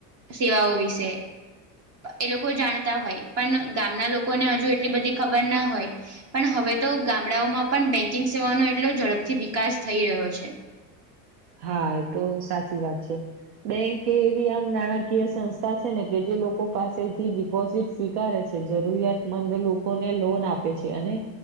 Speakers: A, on the right; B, on the right.
A: સેવાઓ વિશે એ લોકો જાણતા હોય પણ ગામના લોકોને હજુ એટલી બધી ખબર ના હોય પણ હવે તો ગામડાઓમાં પણ બેંકિંગ સેવાનો એટલો ઝડપથી વિકાસ થઈ રહ્યો છે
B: હા એ તો સાચી વાત છે બેંકે એ એવી આમ નાણાકીય સંસ્થા છે ને કે જે લોકો પાસેથી ડિપોઝિટ સ્વીકારે છે જરૂરિયાતમંદ લોકોને લોન આપે છે અને